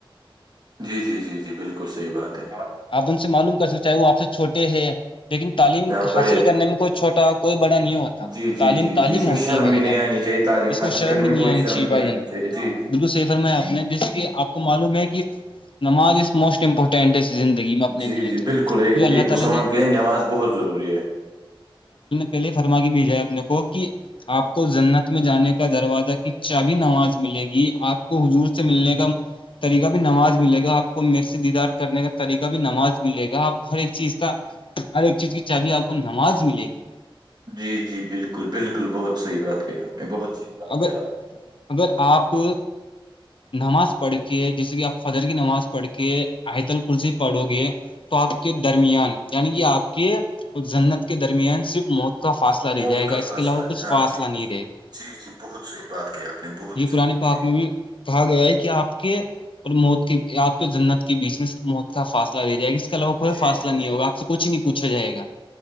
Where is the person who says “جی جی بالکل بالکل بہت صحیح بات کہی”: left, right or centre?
Right